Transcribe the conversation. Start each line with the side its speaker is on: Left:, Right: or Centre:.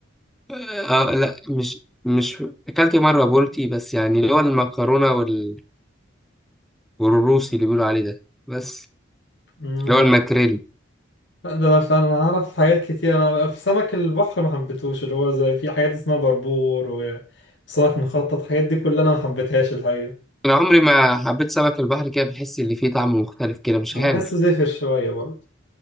Centre: <laughs> آه لا مش مش أكلت مرة بولتي بس يعني اللي هو المكرونة وال... والروسي اللي بيقولوا عليه ده بس
Left: أمم،
Centre: اللي هو الماكريل
Left: أنا- لا، ده انا فعلا اعرف حاجات كتير انا في سمك البحر ما حبيتهوش اللي هو زي في حاجات اسمها بربور وسمك مخطط الحاجات دي كلها انا ما حبيتهاش الحقيقه
Centre: انا عمري ما حبيت سمك البحر كده بحس اللي فيه طعم مختلف كده مش
Left: انا
Centre: عارف
Left: بحسه زفر شويه برضه